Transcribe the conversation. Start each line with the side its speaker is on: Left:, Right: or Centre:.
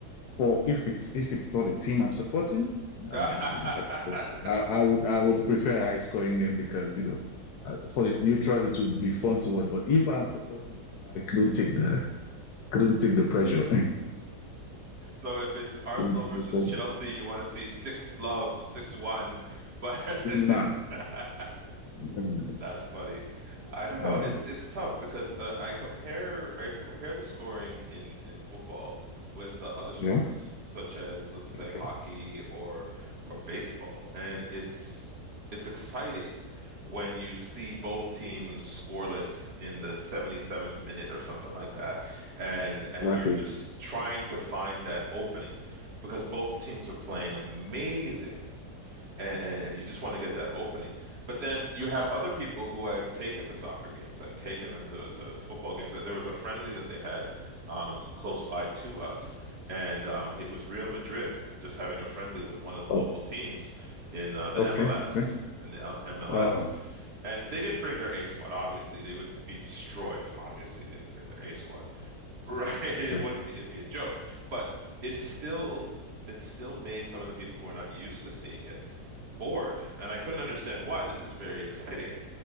Left: Well, if it's if it's not a team I'm supporting,
Right: game?
Left: um,
Right: <laughs>
Left: I, I would I would prefer a high scoring game because you know uh, for the neutrals it would be fun to watch. But if I'm supporting it, you know, I couldn't take the couldn't take the pressure. <laughs>
Right: So if it's Arsenal
Left: Couldn't
Right: versus
Left: take the pressure.
Right: Chelsea, you want to see six love, six one. But
Left: Nah.
Right: <laughs>
Left: Nah.
Right: That's funny. I don't know.
Left: Um,
Right: It's it's tough because uh, I compare I compare the scoring in in football with uh, other sports
Left: yeah.
Right: such as let's say
Left: Okay.
Right: hockey or or baseball, and it's it's exciting when you see both teams scoreless in the 77th minute or something like that, and
Left: Exactly.
Right: and you're just trying to find that opening because both teams are playing amazing and, and and you just want to get that opening. But then you have other people who I've taken to soccer games. I've taken them to to football games. There was a friendly that they had um, close by to us, and um, it was Real Madrid just having a friendly with one of the local
Left: Oh.
Right: teams in uh, the
Left: Okay.
Right: MLS.
Left: Okay.
Right: In the M- MLS,
Left: Oh.
Right: and they didn't bring their A squad. Obviously, they would be destroyed. Obviously, they didn't bring their A squad. Right. <laughs> It
Left: Yeah.
Right: wouldn't be, it'd be a joke. But it's still it still made some of the people who are not used to seeing it bored. And I couldn't understand why. This is very exciting.